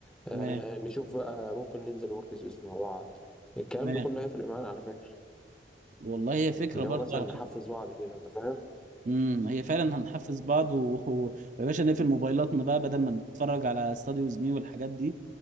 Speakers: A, in the centre; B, on the right (about 45°).
A: آه
B: تمام
A: نشوف بقى ممكن ننزل ورك سبيس مع بعض الكلام
B: تمام
A: ده كله هيفرق معانا على فكرة
B: والله هي فكرة
A: اللي
B: برضه
A: هو مثلا
B: على
A: نحفز
B: فكرة.
A: بعض كده انت فاهم
B: امم هي فعلا هنحفز بعض و... <laughs> و... يا باشا نقفل موبايلاتنا بقى بدل ما نتفرج على استاديوز مي والحاجات دي